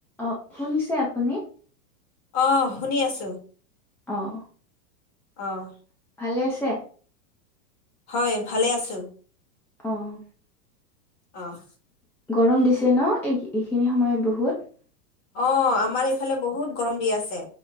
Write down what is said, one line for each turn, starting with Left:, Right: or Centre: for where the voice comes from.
Centre: অহ শুনিছে আপুনি?
Left: অহ শুনি আছো
Centre: অহ
Left: অহ
Centre: ভালে আছে?
Left: হয় ভালে আছো।
Centre: অহ
Left: অহ
Centre: গৰম দিছে ন এই এইখিনি সময়ত বহুত
Left: অ', আমাৰ এইফালে বহুত গৰম দি আছে।